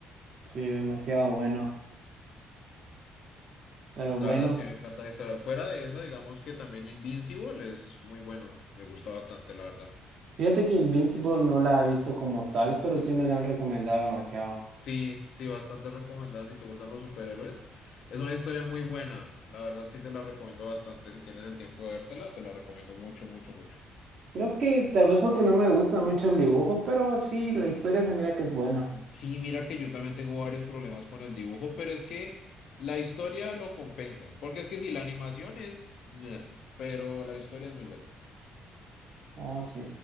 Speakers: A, on the right; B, on the left.
A: Sí, demasiado bueno. Pero
B: La
A: bueno,
B: verdad sí me encanta la historia. Fuera de esa, digamos que también Invincible es muy bueno. Me gusta bastante, la verdad.
A: fíjate que Invincible no la he visto como tal, pero sí me la han recomendado demasiado.
B: Sí, sí, bastante recomendada si te gustan los superhéroes. Es una historia muy buena. La verdad sí te la recomiendo bastante. Si tienes el tiempo de vértela, te la recomiendo mucho, mucho, mucho.
A: Creo que tal vez porque no me gusta mucho el dibujo, pero sí, la historia se mira que es buena.
B: Sí, mira que yo también tengo varios problemas con el dibujo, pero es que la historia lo compensa. Porque es que si la animación es... eh, pero la historia es muy buena.
A: Oh, sí.